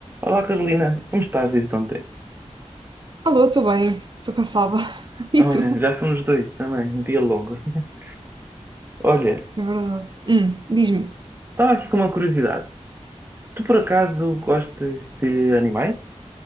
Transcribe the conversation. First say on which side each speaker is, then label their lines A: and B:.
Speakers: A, on the right; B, on the right.
A: Olá Carolina, como estás desde ontem?
B: Alô, estou bem, estou cansada. <laughs> E
A: Olha,
B: tu?
A: já somos dois também, um dia longo. <laughs> Olha,
B: É verdade. Hum, diz-me,
A: estava aqui com uma curiosidade. Tu por acaso gostas de animais?